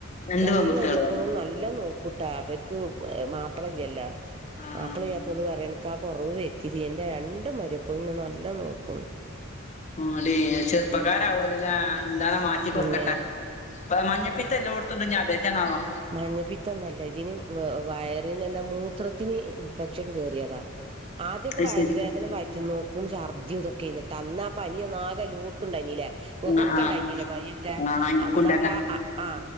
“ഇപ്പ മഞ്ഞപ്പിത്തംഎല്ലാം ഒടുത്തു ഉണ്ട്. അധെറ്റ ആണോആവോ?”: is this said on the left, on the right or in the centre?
Left